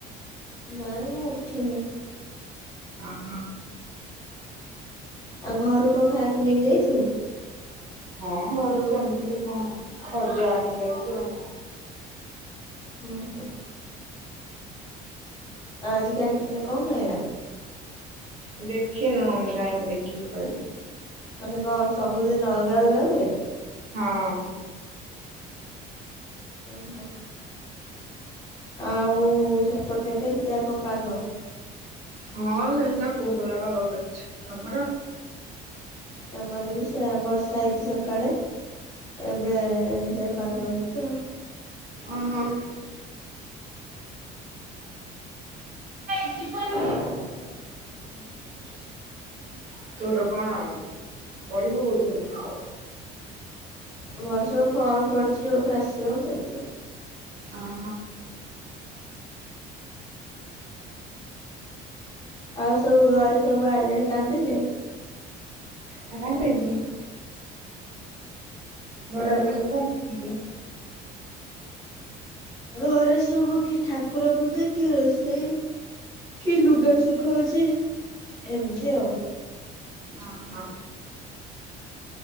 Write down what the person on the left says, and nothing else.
ନାଇଁ ମୁଁ ଉଠିନି।
ଆଉ ଘରୁ କଣ ଖାଇଆକୁ ନେଇକି ଯାଇଚୁ?
ଓ ହୋ। ଆଁ ଆଜି କ୍ୟାଣ୍ଟିନ ରେ କଣ ଖାଇବା?
ମାନେ କନ୍ ସବୁଦିନ ଅଲଗା ଅଲଗା ହୁଏ?
ଓହୋ ଆଉ ସେପଟେ କେମିତିଆ କଣ ପାଗ?
ଆମର ବି ସେଆ ବର୍ଷା ହେଇଚି ସକାଳେ। ଏବେ ଏନ୍ତିଆ ପାାଗ ହେଇଚି ଆଉ।
ମୋର ସବୁ ଫର୍ମ ପଡ଼ିଚି ଯେଉଠୁ ଆସିବ ସେଇଠି।
ଆଉ ସବୁ ଘରେ ସବୁ ଆଇଲା ଏଳେ କାନ୍ଦିଲେ?
ଓହୋ।
ଘରେ ସବୁ କି ଠାକୁର ପୂଜା କି ରୋଷେଇ। କି ଲୁଗାସୁଖ ହଉଚି ଏମତି ଆଉ।